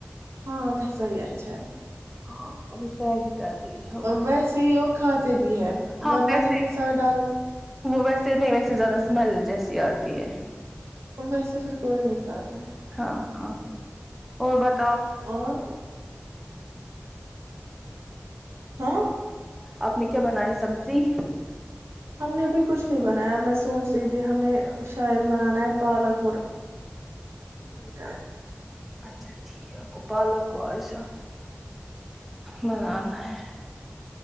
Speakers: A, on the right (about 75°); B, in the centre.
A: ہاں ویسا ہی اچھا ہے
B: ہاں ابسر ہی کر رہی ہے وہ
A: ویسے ہی اور کھاتے بھی ہے
B: ہاں
A: ورنہ
B: ویسے
A: اگر کوئی سات ڈالو گے
B: وہ ویسے نہیں ویسے زیادہ اسمل جیسی آتی ہے
A: اور ویسے پھر کوئی نہیں کھاتا ہے
B: ہاں ہاں اور بات
A: اور ہاں
B: آپ نے کیا بنائی سبزی
A: ہم نے ابھی کچھ نہیں بنایا اب میں سوچ رہی تھی ہمیں شاید بنانا ہے پالک اور میٹ
B: اچھا ٹھیک گ پالک کو آشا بنانا ہے